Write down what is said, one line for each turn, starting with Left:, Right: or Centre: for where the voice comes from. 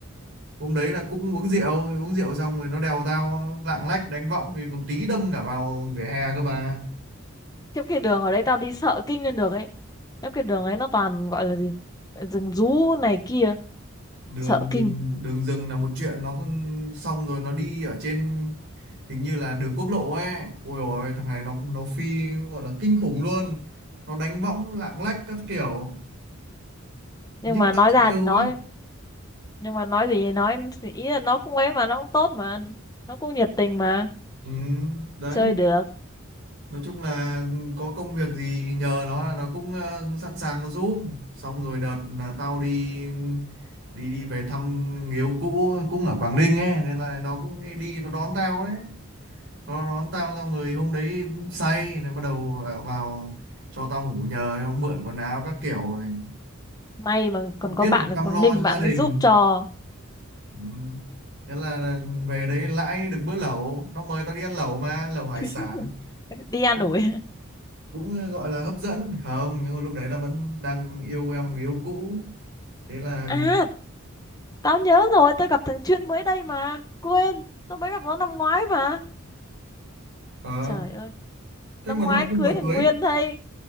Right: hôm đấy là cũng uống rượu uống rượu xong rồi nó đèo tao lạng lách đánh võng thì còn tí đâm cả vào vỉa hè cơ mà
Left: Kiếp cái đường ở đấy tao đi sợ kinh lên được ấy. Kiếp cái đường ấy nó toàn gọi là gì? Rừng rú này kia,
Right: đường
Left: sợ kinh.
Right: đường đường rừng là một chuyện nó cũng- xong rồi nó đi ở trên hình như là đường quốc lộ ấy ôi ôi thằng này nó nó phi gọi là kinh khủng luôn nó đánh võng lạng lách các kiểu như
Left: Nhưng mà nói
Right: thằng trẻ
Left: ra
Right: trâu
Left: thì nói,
Right: ấy
Left: nhưng mà nói gì thì nói thì ý là nó cũng ấy mà nó cũng tốt mà, nó cũng nhiệt tình mà,
Right: ừ, đấy
Left: chơi được.
Right: nói chung là có công việc gì nhờ nó là nó cũng ờ, sẵn sàng nó giúp xong rồi đợt là tao đi đi đi về thăm người yêu cũ cũng ở Quảng Ninh ấy nên là nó cũng đi nó đón tao đấy nó đón tao xong rồi hôm đấy cũng say nó bắt đầu vào cho tao ngủ nhờ nó mượn quần áo các kiểu này.
Left: May mà
Right: biết
Left: còn có bạn
Right: là
Left: ở
Right: chăm
Left: Quảng
Right: lo
Left: Ninh
Right: cho
Left: bạn
Right: gia đình
Left: ấy giúp cho
Right: ừ. thế là về đấy lãi được bữa lẩu nó mời tao đi ăn lẩu mà lẩu hải
Left: <laughs>
Right: sản
Left: đi an
Right: cũng
Left: ủi. <laughs>
Right: cũng ờ, gọi là hấp dẫn không nhưng mà lúc đấy là vẫn đang yêu em người yêu cũ thế là
Left: À Tao nhớ rồi, tao gặp thằng Chuyên mới đây mà. Quên, tao mới gặp nó năm ngoái mà.
Right: ờ,
Left: Trời ơi,
Right: thế
Left: năm
Right: mà
Left: ngoái
Right: nó lại không
Left: cưới
Right: mời
Left: thằng
Right: cưới
Left: Nguyên đây.